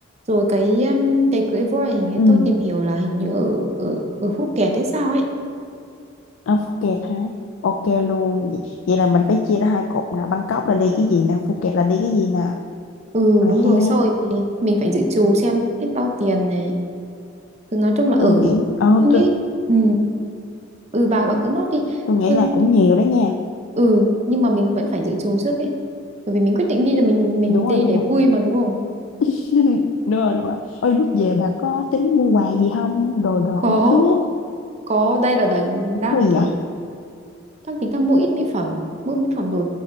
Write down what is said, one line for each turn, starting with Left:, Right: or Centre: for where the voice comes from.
Right: rồi cái um, cái cưới voi hình như
Left: ừ
Right: tôi tìm hiểu là hình như ở ở ở Phuket hay sao ấy
Left: ở Phuket hả ok luôn vậy, vậy là mình phải chia ra hai cột nè Bangkok là đi cái gì nè Phuket là đi cái gì nè
Right: ừ
Left: rồi
Right: đúng rồi
Left: ha
Right: sau rồi mình phải dự trù xem hết bao tiền này cứ nói chung là ở
Left: tôi nghĩ ờ
Right: tôi nghĩ
Left: tôi
Right: ừ ừ bà bà cứ nốt đi
Left: tôi nghĩ
Right: tôi
Left: là cũng nhiều đó nha
Right: ừ nhưng mà mình vẫn phải dự trù trước ấy bởi vì mình quyết định đi là mình mình
Left: đúng
Right: đi
Left: rồi đúng
Right: để
Left: rồi
Right: vui mà đúng không
Left: <laughs> đúng rồi đúng rồi ôi lúc về bà có tính mua quà gì không đồ đồ
Right: có
Left: các thứ á
Right: có đây là đang đang
Left: mua gì
Right: kiểu
Left: vậy
Right: đang tính ra mua ít mỹ phẩm mua mỹ phẩm đồ